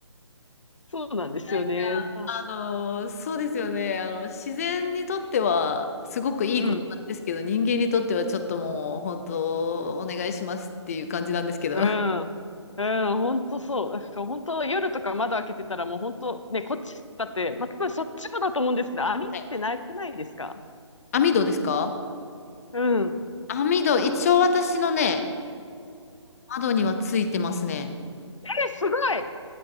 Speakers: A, on the left (about 75°); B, on the left (about 30°).
A: そうなんですよね。
B: なんか、
A: あ、
B: あのーそうですよね。
A: す
B: あの、自然にとっては、すごくいいことなんですけど、
A: うん。
B: 人間にとってはちょっともう、本当、お願いしますっていう感じなんですけど。
A: うん。
B: <laughs> は
A: うん、本当そう。だから本当夜とか窓開けてたらもう本当ね、こっちだって、まあ、多分そっちもだと思うんですけど、網ってなくないですか
B: い網戸ですか
A: うん。うん。
B: 網戸、一応私のね、窓にはついてますね。
A: えー、すごい